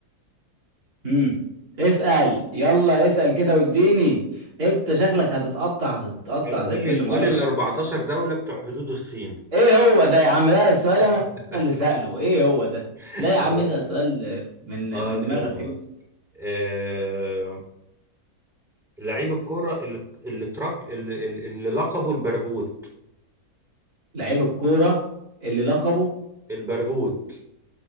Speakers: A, on the right (about 70°); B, in the centre.
A: امم اسأل يلا اسأل كده واديني انت شكلك هتتقطع هتتقطع
B: طيب قول
A: زي كل
B: لي قول
A: مرة
B: لي ال 14 دولة بتوع حدود الصين
A: ايه هو ده يا عم لا السؤال انا
B: <laughs>
A: اللي سأله ايه هو ده
B: لا
A: لا يا
B: لا
A: عم اسأل سؤال
B: بهزر
A: من من دماغك
B: بهزر آه... لعيب الكرة اللي اللي ترك اللي, اللي لقبه البرغوت
A: لعيب الكورة اللي لقبه
B: البرغوث